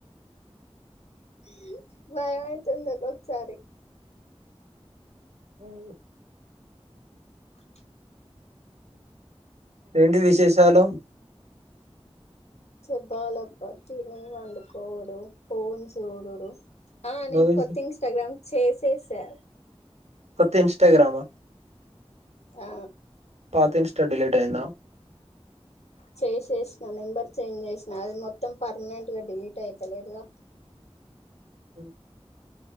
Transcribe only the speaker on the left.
ఉమ్ భయం అయితుంది ఒక్కొక్కసారి
అంటే
చెప్పాలి అబ్బా తిని పండుకోవుడు ఫోన్ చూడుడు ఆ నేన్
కొత్త ఇన్స్టాగ్రామ్ చేసేసా
ఆ
చేసేసిన నెంబర్ చేంజ్ చేసిన అది మొత్తం పర్మనెంట్ గా డిలీట్ అయిపోలేదుగా